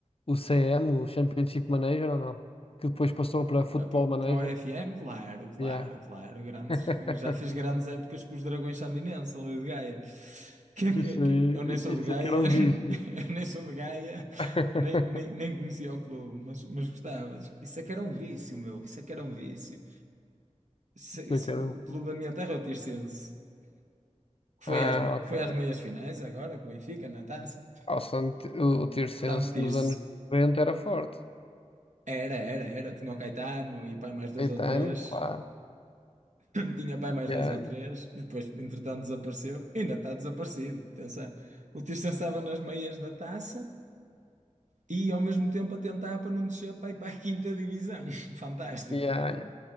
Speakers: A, on the left; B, on the right.
A: o CM, o Championship Manager ou não? Que depois passou para
B: Eh,
A: Football
B: Para
A: Manager?
B: o FM, claro, claro,
A: Yeah.
B: claro. Grandes,
A: <laughs>
B: já fiz grandes épocas com os Dragões Sandinenses ali de Gaia. Que, que-
A: Isso
B: que-
A: aí,
B: eu nem sou
A: isso
B: de Gaia,
A: aqui era um vício.
B: <laughs> eu nem sou de Gaia,
A: <laughs>
B: nem, nem, nem conhecia o clube, mas, mas gostava. Isso é que era um vício, meu. Isso é que era um vício. Isso, isso-
A: Isso aqui era
B: o
A: um.
B: clube da minha terra é o Tirsense, que foi
A: Ah,
B: às, me-
A: ok.
B: foi às meias finais agora, com o Benfica na taça.
A: Ah, o, Sant- o o Tirsense
B: Tanto Tirse.
A: nos anos 90 era forte.
B: Era, era, era. Tinha o Caetano e pai mais dois
A: Caetano,
B: ou três.
A: claro.
B: Tinha pai mais
A: Yeah,
B: dois ou três, e depois, entretanto, desapareceu. Ainda está desaparecido, atenção. O Tirso estava nas meias da taça e, ao mesmo tempo, a tentar para não descer para ir para a quinta divisão. <laughs> Fantástico,
A: yeah, yeah.